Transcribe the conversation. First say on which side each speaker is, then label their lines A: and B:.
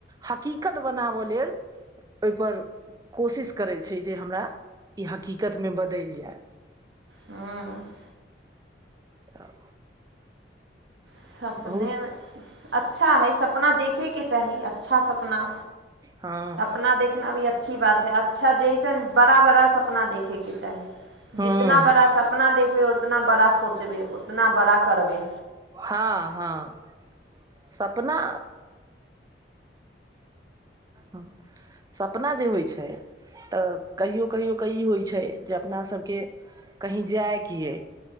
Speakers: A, on the right; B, on the right.
A: हकीकत बनाबऽ लेल ओहिपर कोशिश करै छै जे हमरा ई हकीकतमे बदलि जाय
B: हँ
A: तब
B: सपनेमे
A: बहुत
B: अच्छा हइ सपना देखयके चाही अच्छा सपना
A: हँ
B: सपना देखना भी अच्छी बात है अच्छा जइसन बड़ा बड़ा सपना देखैके चाही
A: हँ
B: जितना बड़ा सपना देखबै उतना बड़ा सोचबै उतना बड़ा करबै
A: हँ हँ सपना ह सपना जे होइ छै तऽ कहियो कहियो क ई होइ छै जे अपना सबके कहीँ जाइकै